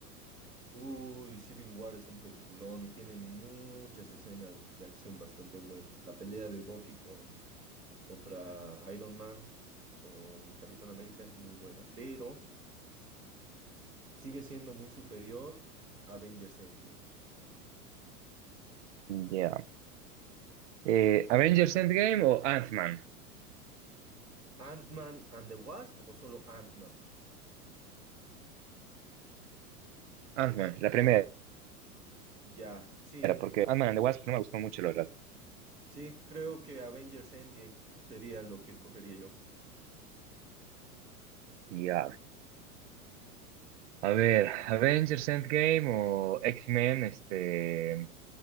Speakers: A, on the right; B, on the right.
A: Uy, Civil War es un peliculón y tiene muchas escenas de acción bastante buenas. La pelea de Bucky con, contra Iron Man, con Capitán América es muy buena, pero sigue siendo muy superior a Avengers Endgame.
B: Ya. Eh, Avengers Endgame o Ant-Man.
A: Ant-Man and the Wasp o solo Ant-Man.
B: Ant-Man, la primera.
A: Ya, sí,
B: Era porque Ant-Man and the Wasp no me gustó mucho, la verdad.
A: sí, creo que Avengers Endgame sería lo que escogería yo.
B: ya a ver, Avengers Endgame o X-Men, este,